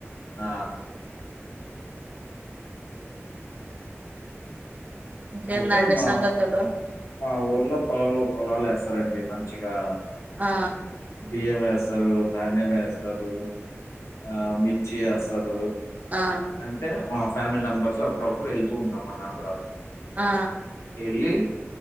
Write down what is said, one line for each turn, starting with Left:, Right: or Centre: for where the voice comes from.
Left: ఆ
Right: ఇంకేందండి
Left: అయితే మా
Right: సంగతులు
Left: మా ఊర్లో పొలాలు పొలాలు వేస్తారండి మంచిగా
Right: ఆ
Left: బియ్యం వేస్తారు ధాన్యం వేస్తారు ఆ మిర్చి ఏస్సారు
Right: ఆ
Left: అంటే మా ఫ్యామిలీ మెంబర్స్ అప్పుడప్పుడు వెళ్తూ ఉంటాం మన్న అందరం
Right: ఆ
Left: ఎళ్ళి